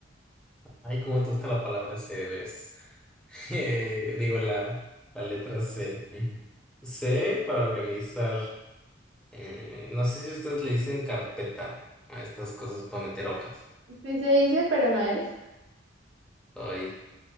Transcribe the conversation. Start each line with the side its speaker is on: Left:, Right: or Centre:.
Centre: Ay, cómo te gusta la palabra C, de veras. <laughs> Eh, digo, la, la letra C. C para organizar. eh, no sé si ustedes le dicen carpeta a estas cosas para meter hojas.
Right: Sí se dice, pero no es.
Centre: Ay,